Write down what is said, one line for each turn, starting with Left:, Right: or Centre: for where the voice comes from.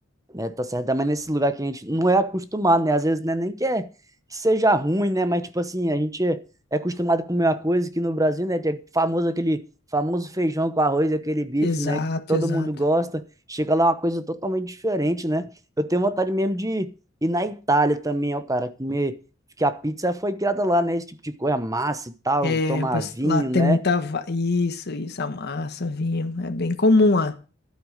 Right: né? Tá certo, mas nesse lugar que a gente não é acostumado, né? Às vezes né, nem que, é, que seja ruim, né? Mas, tipo assim, a gente é é acostumado a comer uma coisa que no Brasil, né? É famoso aquele famoso feijão com arroz, aquele bife,
Left: Exato,
Right: né? Que todo
Left: exato.
Right: mundo gosta. Chega lá é uma coisa totalmente diferente, né? Eu tenho vontade mesmo de ir na Itália também, ó, cara, comer. Porque a pizza foi criada lá, né? Esse tipo de coisa, massa e tal,
Left: É,
Right: tomar
Left: pra s-
Right: vinho,
Left: lá tem
Right: né?
Left: muita, va- isso, isso, a massa, vinho, é bem comum lá.